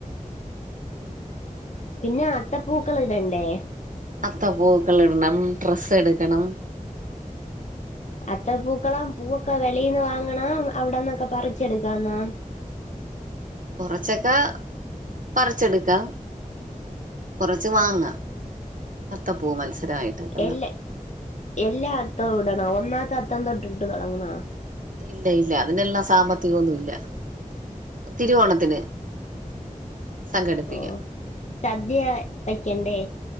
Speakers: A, on the left; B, on the right.
A: പിന്നെ അത്തപ്പൂക്കളം ഇടണ്ടേ
B: അത്തപ്പൂക്കള്ളം ഇടണം ട്രെസ്സ് എടുക്കണം
A: അത്ത പൂക്കളം പൂവൊക്കെ വെളീന്ന് വാങ്ങണം അവിടന്നൊക്കെ പറിച്ചെടുക്കാന്നോ
B: കൊറച്ചൊക്കെ പറിച്ചെടുക്കാം കൊറച്ച് വാങ്ങാം അത്തപ്പൂ മത്സരമായിട്ട് വെക്കുന്ന
A: എല്ലാ എല്ല അത്തോ ഇടണാ ഒന്നാത്തെ അത്തം തൊട്ട് ഇട്ട് തൊടങ്ങാണോ
B: ഇല്ല ഇല്ല അതിനെല്ലാം സാമ്പത്തികൊന്നുല്ല തിരുവോണത്തിന് സംഘടിപ്പിക്കാം
A: ഓ സദ്യ വയ്ക്കണ്ടേ